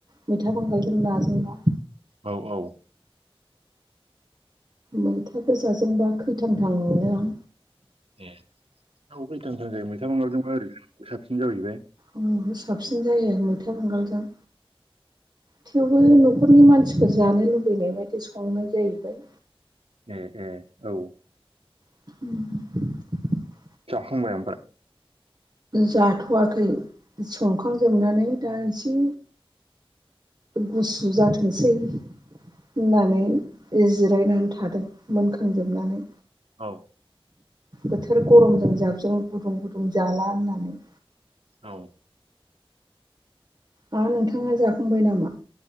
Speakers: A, on the right; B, on the right.
A: मैथा बांगगालजों ना जोंबा
B: औ औ।
A: मैथा गोजाजोंबा खैथांथां मोनो आं।
B: ए औ खैथांथां जायो मैथा बांगालजोंबा ओरैजों साबसिन जाहैबाय
A: ओं साबसिन जायो मैथा बांगालजों थेवबो न'खरनि मानसिफोर जानो लुबैनाय बायदि संनाय जाहैबाय
B: ए ए औ।
A: <unintelligible>
B: जाखांबाय ओमफाय
A: जाथ'वाखै संखांजोबनानै दा एसे गुसु जाथोंसै होननानै जिरायनानै थादों मोनखांजोबनानै।
B: औ।
A: बोथोर गरमजों जाबजों गुदुं गुदुं जाला होननानै।
B: औ।
A: मा नोंथाङा जाखांबाय नामा?